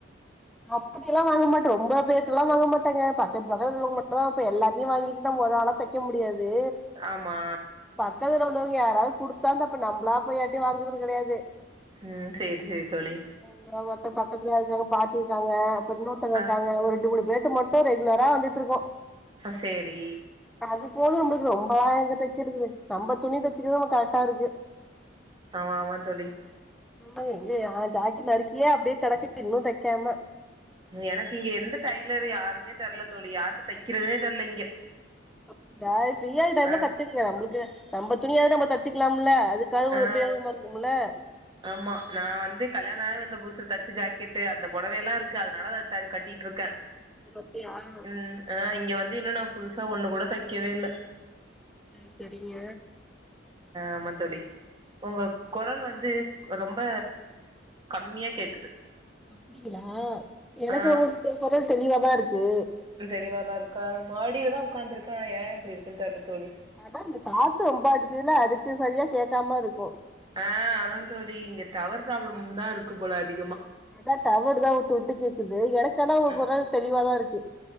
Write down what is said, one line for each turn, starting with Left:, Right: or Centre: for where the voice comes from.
Centre: அப்டியெல்லா வாங்க மாட்டே ரொம்ப பேர்ட்டெல்லா வாங்க மாட்டேங்க பக்கத்து பக்கத்துல உள்ளவங்க மட்டு தா வெப்பே எல்லார்ட்டயு வாங்கிட்டு நம்ம ஒரு ஆளா தைக்க முடியாது
Right: ஆமா
Centre: பக்கத்துல உள்ளவங்க யாராது குடுத்தா தைப்ப நம்ளா போய் யார்ட்டயு வாங்குறது கெடயாது
Right: ம் சேரி சேரி தோழி
Centre: இங்க ஒருத்த பக்கத்துலயா இருக்காங்க பாட்டி இருக்காங்க அப்றோ இன்னொருதோங்க இருக்காங்க
Right: ஆ
Centre: ஒரு ரெண்டு மூணு ரேட்டு மட்டு ரெகுலரா வந்துட்ருக்கோ
Right: சேரி
Centre: அது போது நம்ளுக்கு ரொம்பலா எங்க தெக்கிறது நம்ம துணி தெக்கிறதே நமக்கு கரெக்டாருக்கு
Right: ஆமா ஆமா தோழி
Centre: ம் எங்கயா ஜாக்கெட் நறுக்கியே அப்டியே கெடக்கு இன்னு தெக்காம
Right: எனக்கு இங்க எந்த டெய்லரு யாருமே தெர்ல தோழி யார்ட்ட தெக்கிறதுனே தெர்ல இங்க
Centre: அப்டியா ஃபீரியா இருக்க டைம்ல
Right: ஆ
Centre: கத்துக்ங்க நம்ளுக்கு நம்ப துணியாது நம்ப தச்சுக்லாம்ல அது காவ்து
Right: ஆ
Centre: உபயோகமா இருக்குமுல
Right: ஆமா நா வந்து கல்யாணாயி வந்த புதுசுல தச்ச ஜாக்கெட்டு அந்த பொடவயெல்லாருக்கு அதனால அ த அது கட்டிட்ருக்கே
Centre: <unintelligible>
Right: ம் ஆ இங்க வந்து இன்னு நா புதுசா ஒண்ணு கூட தைக்கவே இல்ல
Centre: ம் செரிங்க
Right: ஆமாந்தோழி ஒங்க கொரல் வந்து ரொம்ப கம்மியா கேக்குது
Centre: அப்டிங்களா எனக்கு
Right: ஆ
Centre: ஒங்க கொரல் தெளிவாதாருக்கு
Right: தெளிவாதாருக்கா நா மாடில தா உக்காந்துருக்கே ஆனா ஏ இப்டி இருக்குன் தெர்ல தோழி
Centre: அதா இந்த காத்து ரொம்ப அடிக்கிதில்ல அதுக்கு சரியா கேட்காமருக்கூ
Right: ஆ அதா தோழி இங்க டவர் ப்ராப்ளம் தா இருக்கு போல அதிகமா
Centre: அதா டவருதா வுட்டு வுட்டு கேக்குது எனக்கானா உங்க
Right: ஆ
Centre: கொரல் தெளிவாதாருக்கு